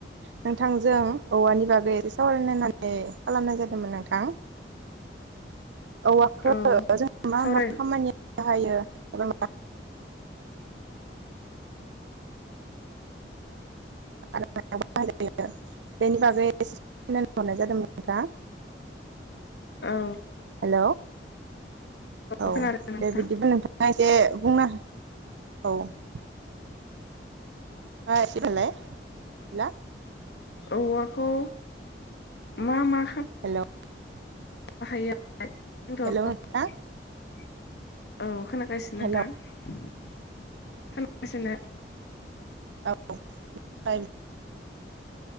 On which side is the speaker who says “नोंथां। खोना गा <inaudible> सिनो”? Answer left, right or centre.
Left